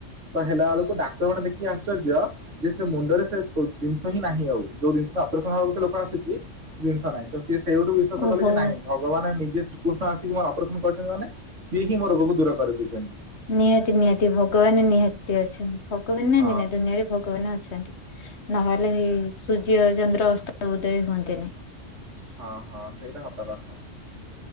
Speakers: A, on the right (about 70°); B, on the left (about 60°).
A: ତ ହେଲା ବେଳକୁ ଡ଼ାକ୍ତର ଗୋଟେ ଦେଖିକି ଆଶ୍ଚ। ଆର୍ଶଯ୍ୟ ଯେ ସେ ମୁଣ୍ଡରେ ସେ ଜିନିଷ ହିଁ ନାହିଁ ଆଉ ଯୋଉ ଜିନିଷ ଅପରେସନ ହେବାକୁ ସେ ଲୋକ ଆସିଛି। ସେ ଜିନିଷ ନାହିଁ ତେଣୁ। ସେ ସେଇଠୁ ବିଶ୍ଵାସ
B: ଓହୋ ଓହୋ।
A: କଲେ କି ନାଇଁ ଭଗବାନ ନିଜେ ଶ୍ରୀକୃଷ୍ଣ ଆସିକି ମୋର ଅପରେସନ କରିଛନ୍ତି ମାନେ। ସିଏ ହିଁ ମୋ ରୋଗକୁ ଦୂର କରିଦେଇଛନ୍ତି।
B: ନିହାତି ନିହାତି ଭଗବାନ ନିହାତି ଅଛନ୍ତି ଭଗବାନ ନାହାନ୍ତି
A: ହଁ
B: ନା ଦୁନିଆରେ ଭଗବାନ ଅଛନ୍ତି। ନହେଲେ ସୂର୍ଯ୍ୟ ଚନ୍ଦ୍ର ଅସ୍ତ ଉଦୟ ହୁଅନ୍ତେନି।
A: ହଁ ହଁ ସେଇଟା ହବା କଥା